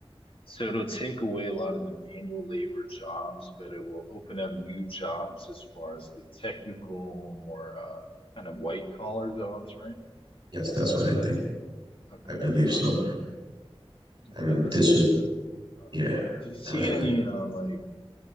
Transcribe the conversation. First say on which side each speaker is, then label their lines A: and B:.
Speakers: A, on the left; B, on the right.
A: So it'll take away a lot of the manual labor jobs, but it will open up new jobs as far as the technical, more uh, kind of white collar jobs, right?
B: Yes, that's what I think.
A: Okay.
B: I believe
A: Um,
B: so. And
A: okay, that's
B: this
A: interesting.
B: would,
A: Uh,
B: yeah.
A: do you see
B: I-
A: any uh, like,